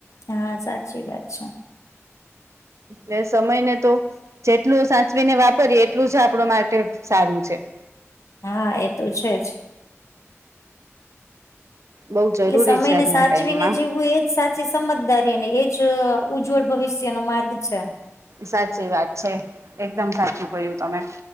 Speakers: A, on the left; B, on the right.
A: હા સાચી વાત છે.
B: ને સમયને તો જેટલું સાચવીને વાપરીએ એટલું જ આપડુ માટે સારું છે.
A: હા એ તો છે જ
B: બઉ જરૂરી
A: એટલે સમયને
B: છે આજના
A: સાચવીને
B: ટાઈમમાં
A: જીવવું એજ સાચી સમજદારી અને એજ ઉજ્જવળ ભવિષ્ય નો માર્ગ છે
B: સાચી વાત છે એકદમ સાચું ક્યું તમે